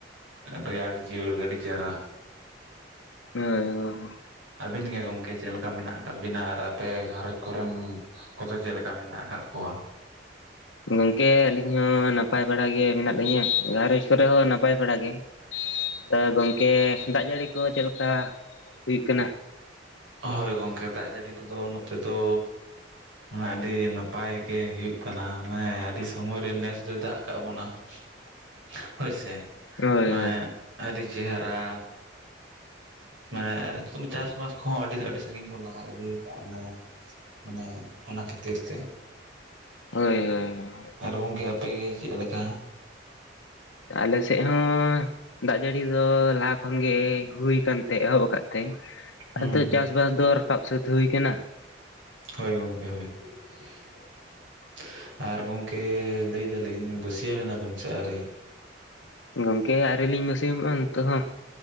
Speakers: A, on the right (about 85°); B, on the left (about 80°).
A: ᱨᱮᱭᱟᱲ ᱡᱤᱭᱟᱲ ᱜᱮ ᱟᱰᱤ ᱪᱮᱦᱨᱟ᱾
B: ᱦᱚᱭ ᱦᱚᱭ
A: ᱟᱹᱵᱤᱱ ᱜᱮ ᱜᱚᱝᱠᱮ ᱪᱮᱫ ᱞᱮᱠᱟ ᱢᱮᱱᱟᱜ ᱟᱠᱟᱫ ᱵᱤᱱᱟ ᱟᱨ ᱟᱯᱮ ᱜᱷᱟᱨᱚᱸᱡᱽ ᱠᱚᱨᱮᱱ ᱠᱚᱫᱚ ᱪᱮᱫ ᱞᱮᱠᱟ ᱢᱮᱱᱟᱜ ᱟᱠᱟᱫ ᱠᱚᱣᱟ?
B: ᱜᱚᱝᱠᱮ ᱟᱹᱞᱤᱧ ᱦᱚᱸ ᱱᱟᱯᱟᱭ ᱵᱟᱲᱟ ᱜᱮ ᱢᱮᱱᱟᱜ ᱞᱤᱧᱟᱹ ᱾ ᱜᱸᱷᱟᱨᱚᱸᱡᱽ ᱠᱚᱨᱮ ᱦᱚᱸ ᱱᱟᱼᱼ ᱯᱟᱭ ᱵᱟᱲᱟᱟᱜ ᱜᱮ ᱾ ᱛᱚ ᱜᱚᱝᱠᱮ ᱫᱟᱜ ᱡᱟᱹᱲᱤ ᱠᱚ ᱪᱮᱫ ᱞᱮᱠᱟ ᱦᱩᱭᱩᱜ ᱠᱟᱱᱟ?
A: ᱦᱳᱭ ᱜᱚᱝᱠᱮ ᱫᱟᱜ ᱡᱟᱹᱲᱤ ᱠᱚᱫᱚ ᱱᱚᱛᱮ ᱫᱚᱼᱼ ᱟᱹᱰᱤ ᱱᱟᱯᱟᱭ ᱜᱮ ᱦᱩᱭᱩᱜ ᱠᱟᱱᱟ ᱢᱟᱱᱮ ᱟᱹᱰᱤ ᱥᱳᱢᱚᱭ ᱨᱮ ᱱᱮᱥ ᱫᱚᱭ ᱫᱟᱜ ᱟᱠᱟᱫ ᱵᱚᱱᱟ ᱾ ᱦᱳᱭᱥᱮ
B: ᱦᱳᱭ
A: ᱢᱟᱱᱮ ᱟᱹᱰᱤ ᱪᱮᱦᱨᱟ ᱢᱟᱱᱮ ᱟᱨ ᱱᱤᱛᱚᱜ ᱪᱟᱥᱵᱟᱥ ᱠᱚᱦᱚᱸ ᱟᱹᱰᱤ ᱟᱹᱰᱤ ᱥᱟᱹᱜᱤᱧ ᱵᱚᱱ ᱞᱟᱦᱟ ᱤᱫᱤᱠᱟᱜᱼᱟ, ᱚᱱᱟᱼᱼ ᱢᱟᱱᱮ ᱚᱱᱟ ᱠᱷᱟᱹᱛᱤᱨ ᱛᱮ ᱾
B: ᱦᱳᱭ ᱦᱳᱭ ᱾
A: ᱟᱨ ᱜᱚᱝᱠᱮ ᱟᱯᱮᱜᱮ ᱪᱮᱫ ᱞᱮᱠᱟ?
B: ᱟᱞᱮ ᱥᱮᱫ ᱦᱚᱸᱼᱼ ᱫᱟᱜ ᱡᱟᱹᱲᱤ ᱫᱚ ᱞᱟᱦᱟ ᱠᱷᱚᱱᱜᱮ ᱦᱩᱭ ᱟᱠᱟᱱᱛᱮ ᱮᱦᱚᱵ ᱠᱟᱜ ᱛᱮᱼᱼ
A: ᱦᱩᱸ
B: ᱟᱫᱚ
A: ᱦᱩᱸ
B: ᱪᱟᱥ ᱵᱟᱥ ᱫᱚ ᱨᱟᱠᱟᱵ ᱥᱟᱹᱛ ᱦᱩᱭ ᱟᱠᱟᱱᱟ ᱾
A: ᱦᱳᱭ ᱜᱚᱢᱠᱮ ᱦᱳᱭ ᱾ ᱟᱨ ᱜᱚᱝᱠᱮ ᱞᱟᱹᱭ ᱫᱟᱞᱤᱧ ᱵᱟᱹᱥᱭᱟᱹᱢ ᱮᱱᱟ ᱵᱮᱱ ᱥᱮ ᱟᱹᱣᱨᱤ?
B: ᱜᱚᱝᱠᱮ ᱟᱹᱣᱨᱤ ᱞᱤᱧ ᱵᱟᱹᱥᱣᱟᱹᱢᱚᱜᱼᱟ ᱱᱤᱛᱚᱜ ᱦᱚᱸ᱾